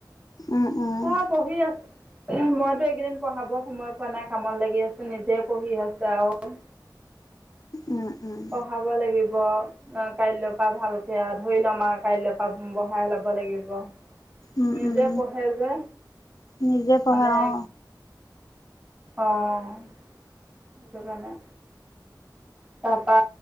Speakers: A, on the left; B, on the right.
A: উম উম।
B: হ পহি আ মইতো এইকেইদিন পঢ়াব সময় পোৱা নাই কামত লাগি আছো নিজে পঢ়ি আছো আৰু
A: উম উম
B: পঢ়াব লাগিব ব অ কাইলৈ পা ভালকে আ ধৰি লম আ কাইল পা বহাই লব লাগিব।
A: উম
B: নিজে
A: উম
B: পঢ়ে যে,
A: নিজে পঢ়ে
B: মানে
A: অ।
B: অঁ সেইটো কাৰণে তাপা,